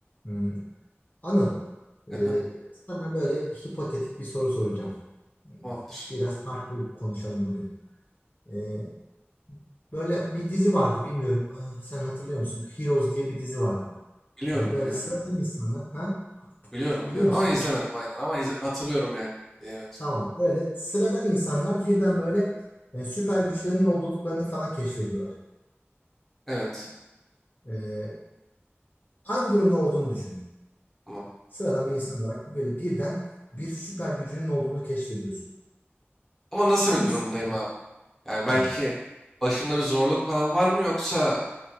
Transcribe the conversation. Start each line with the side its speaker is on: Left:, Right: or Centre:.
Left: Hmm, Anıl,
Centre: Efendim
Left: e, sana böyle hipotetik bir soru soracağım. Hmm,
Centre: tamamdır.
Left: Biraz farklı konuşalım bugün. E, böyle bir dizi vardı, bilmiyorum e, sen hatırlıyor musun? Heroes diye bir dizi vardı.
Centre: Biliyorum
Left: E, böyle
Centre: biliyorum.
Left: sıradan insanlar, ha?
Centre: Biliyorum
Left: Biliyor
Centre: biliyorum
Left: musun?
Centre: ama izlemedim aynen ama izle hatırlıyorum yani. Evet.
Left: Tamam, böyle sıradan insanlar birden böyle e, süper güçlerinin olduklarını falan keşfediyorlar.
Centre: Evet.
Left: E, aynı durumda olduğunu düşün.
Centre: Tamam.
Left: Sıradan bir insan olarak böyle birden bir süper gücünün olduğunu keşfediyorsun.
Centre: Ama nasıl
Left: Hangi
Centre: bir durumdayım
Left: süper?
Centre: abi? Yani belki
Left: Hı,
Centre: başımda bir zorluk falan var mı yoksa